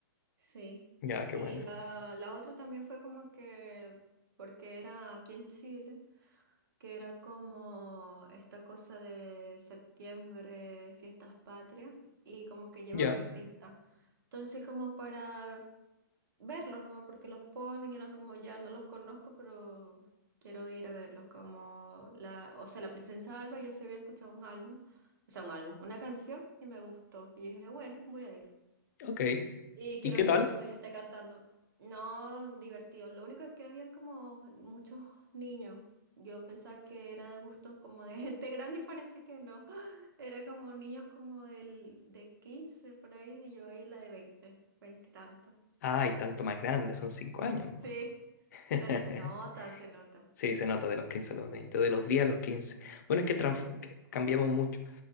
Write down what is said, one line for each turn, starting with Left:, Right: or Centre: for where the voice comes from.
Right: sí.
Left: Ya, qué
Right: Y
Left: buena.
Right: la, la otra también fue como que, porque era aquí en Chile, que era como esta cosa de septiembre, fiestas patrias, y como que llevan
Left: Ya.
Right: artistas. Entonces, como para verlos nomás porque los ponen, y eran como ya no los conozco, pero quiero ir a verlos como la, o sea, la Princesa Alba, yo sí había escuchado un álbum, o sea, un álbum, una canción y me gustó. Y dije, bueno, voy a ir.
Left: Ok.
Right: Y quiero
Left: ¿Y qué
Right: ir
Left: tal?
Right: cuando ella esté cantando. No, divertido. Lo único es que habían como muchos niños. Yo pensaba que era de gustos como de <laughs> gente grande y parece que no. <gasps> Era como niños como del, de 15 por ahí y yo ahí la de 20 20 y tanto.
Left: Ay, tanto más grande, son cinco años,
Right: Sí.
Left: ¿no? <laughs>
Right: Pero se nota, se nota.
Left: Sí, se nota de los 15 a los 20, de los 10 a los 15. Bueno, es que, transfo- que cambiamos mucho,